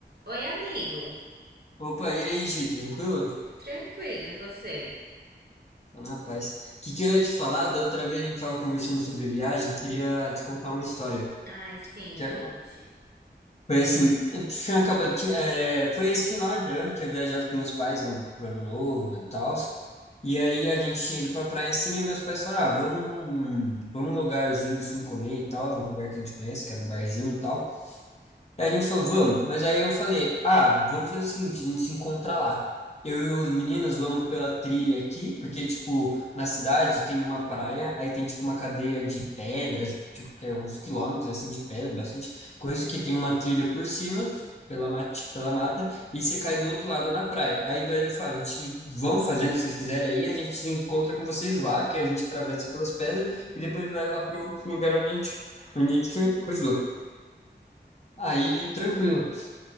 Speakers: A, on the right (about 60°); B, on the left (about 35°).
A: Oi, amigo.
B: Opa, e aí, Gi, tranquilo?
A: Tranquilo, e você?
B: Tô na paz. O que que eu ia te falar? Da outra vez a gente tava conversando sobre viagem, queria te contar uma história.
A: Ai, sim,
B: Que
A: conte.
B: é- foi assim, eu tinha acabado, tinha- é, foi esse final de ano, tinha viajado com meus pais no pro ano novo e tal. E aí a gente tinha ido pra praia assim, e meus pais falaram, ah, vamos num, vamos num lugarzinho assim comer e tal, um lugar que a gente conhece, que era um barzinho e tal. Aí a gente falou, vamos. Mas aí eu falei, ah, vamos fazer o seguinte, a gente se encontra lá. Eu e os meninos vamos pela trilha aqui, porque, tipo, na cidade tem uma praia, aí tem, tipo, uma cadeia de pedras, tipo, que é uns quilômetros, assim, de pedra, bastante coisa, que tem uma trilha por cima, pela, mate, pela mata, e você cai do outro lado na praia. Aí daí ele fala, a gente, vamos fazendo, se vocês quiserem aí, a gente se encontra com vocês lá, que a gente atravessa pelas pedras, e depois vai lá pro, pro lugar onde a gente, onde a gente foi- coisou. Aí, tranquilo.